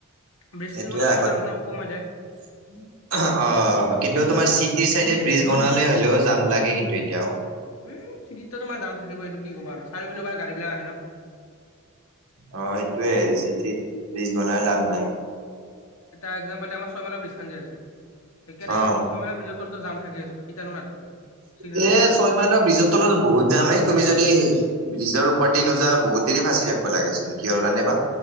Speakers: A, on the left (about 75°); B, on the right (about 80°).
A: ব্ৰিজ চিজ
B: এটোৱে
A: বনালে
B: আগত
A: যাম তাম কম হৈ যায়
B: <unintelligible> অ, কিন্তু তোমাৰ
A: আৰু
B: চি সি চাইডে ব্ৰিজ বনালে হ'লেওঁ যাম লাগে কিন্তু এতিয়াও।
A: উম, চিটিততো তোমাৰ জাম থাকিব এইটো কি ক'বা আৰু চাৰি পিনৰ পৰা গাড়ী বিলাক আহে ন'।
B: অ, সেইটোয়ে চিটিত ব্ৰিজ বনাই লাভ নাই।
A: এটা একজাম্পল দি আমাৰ ছয়মাইলৰ ব্ৰীজ খান যে আছে সেইকাৰণে
B: অ
A: ছয়মাইল ব্ৰীজৰ তলত জাম থাকেচোন কিতানো নাথাকে। চিগনেলেতো
B: এ ছয়
A: যাম
B: ছয়মাইলৰ ব্ৰিজত তলত বহুত যাম এ তুমি যদি ব্ৰিজৰ ওপৰদি নোযোৱা বহুত দেৰি ফাঁচি থাকব লাগেচোন কিহৰ কাৰণে বা।